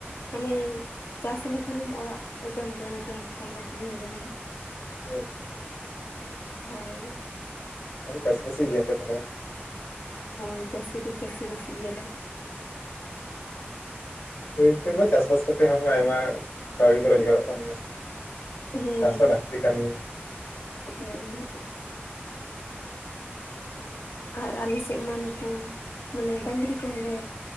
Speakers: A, on the left; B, on the left.
A: ᱢᱟᱱᱮ ᱪᱟᱥ ᱞᱮᱠᱷᱟᱱᱮᱢ ᱚᱲᱟᱜ ᱨᱮᱫᱚᱢ ᱡᱚᱢ ᱜᱮᱭᱟ ᱦᱟᱜ ᱠᱷᱟᱱ ᱟᱠᱠᱷᱨᱤᱧ ᱨᱮᱦᱚᱢ᱾
B: ᱦᱳᱭ᱾
A: ᱦᱳᱭ᱾
B: ᱛᱟᱦᱚᱞᱮ ᱪᱟᱹᱥᱤ ᱵᱟᱹᱥᱤ ᱜᱤᱭᱟ ᱯᱮ ᱛᱟᱦᱚᱞᱮ ᱵᱟᱝ?
A: ᱦᱮ ᱪᱟᱹᱥᱤ ᱫᱚ ᱪᱟᱹᱥᱤ ᱵᱟᱥᱤ ᱜᱮᱭᱟ ᱞᱮ᱾
B: ᱦᱳᱭ ᱱᱤᱛᱚᱜ ᱢᱟ ᱪᱟᱥᱵᱟᱥ ᱠᱟᱛᱮᱜ ᱦᱚᱸ ᱟᱭᱢᱟ ᱠᱟᱹᱣᱰᱤ ᱠᱚ ᱨᱳᱡᱽᱜᱟᱨᱚᱜ ᱠᱟᱱ ᱜᱮᱭᱟ ᱥᱮ᱾
A: ᱦᱮᱸ,
B: ᱪᱟᱥ ᱦᱚᱸ ᱞᱟᱹᱠᱛᱤ ᱠᱟᱱ ᱜᱮᱭᱟ
A: ᱦᱳᱭ᱾ ᱟᱨ ᱟᱞᱮ ᱥᱮᱫ ᱢᱟ ᱱᱩᱠᱩ ᱢᱟᱱᱮ ᱰᱟᱹᱟᱝᱨᱤ ᱠᱚᱦᱚᱸ ᱞᱮ